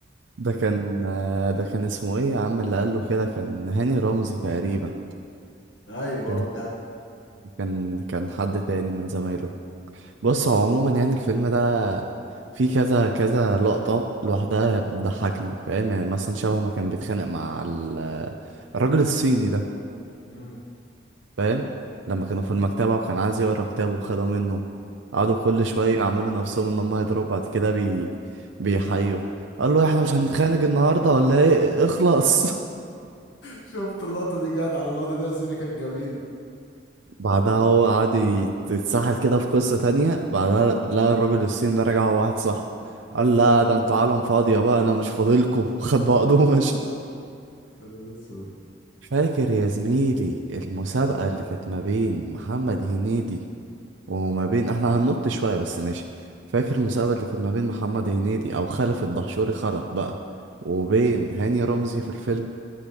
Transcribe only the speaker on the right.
ده كان ده كان اسمه ايه يا عم اللي قال له كده كان هاني رمزي تقريبا
كان
كان كان حد تاني من زمايله بص هو عموما يعني الفيلم ده فيه كذا كذا لقطة لوحدها بتضحكني فاهم يعني مثلا شبه ما كان بيتخانق مع ال- الراجل الصيني ده
فاهم لما كانوا في المكتبة وكان عايز يقرا كتابه وخده منه قعدوا كل شوية يعملوا نفسهم ان هم هيضربوا بعد كده بي... بيحيوا قال
له احنا مش هنتخانق النهارده ولا ايه اخلص <laughs>
بعدها هو قعد يت- يتسحل كده في قصة تانية بعدها لقى الراجل الصيني ده رجع هو واحد صاحبه
قال لا ده انتوا عالم فاضية بقى انا مش فاضلكوا <laughs> وخد بعضه ومشى
فاكر يا زميلي المسابقة اللي كانت ما بين محمد هنيدي وما بين احنا هننط شوية بس ماشي فاكر المسابقة اللي كانت ما بين محمد هنيدي او خلف الدهشوري خلف بقى وبين هاني رمزي في الفيلم